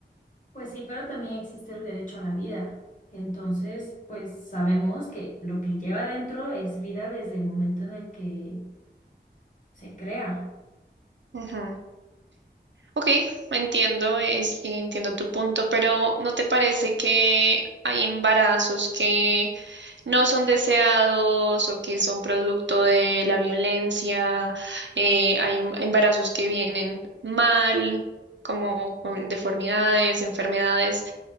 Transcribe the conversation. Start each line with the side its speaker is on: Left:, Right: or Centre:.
Left: Pues sí, pero también existe el derecho a la vida. Entonces, pues sabemos que lo que lleva dentro es vida desde el momento en el que se crea.
Right: Ujú. Ok, entiendo, es- entiendo tu punto, pero ¿no te parece que hay embarazos que no son deseados o que son producto de la violencia. eh, hay un- embarazos que vienen mal, como con deformidades, enfermedades.